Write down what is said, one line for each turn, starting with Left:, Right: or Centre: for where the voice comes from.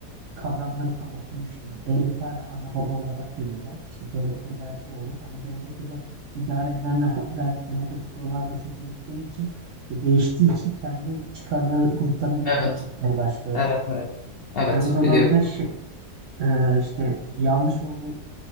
Right: kavramları tam oturmuş değil. Devleti hala ana baba olarak görüyorlar. İşte devlet ne derse o olur. Ama devleti de idare edenler de demokratik yollarda seçildikleri için ve değiştiği için kendi çıkarları gruplarına göre
Left: Evet,
Right: hareket etmeye başlıyorlar.
Left: evet, evet. Evet,
Right: Ve o zaman
Left: biliyorum.
Right: da şey, e, işte yanlış olduğu